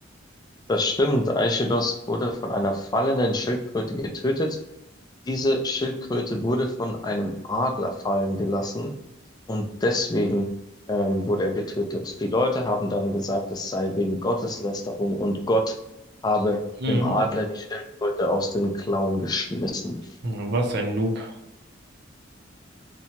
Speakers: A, on the left; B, on the right.
A: Das stimmt. Aischylos wurde von einer fallenden Schildkröte getötet. Diese Schildkröte wurde von einem Adler fallen gelassen und deswegen ähm, wurde er getötet. Die Leute haben dann gesagt, es sei wegen Gotteslästerung und Gott habe
B: Mhm.
A: dem Adler die Schildkröte aus den Klauen geschmissen.
B: Was ein Noob.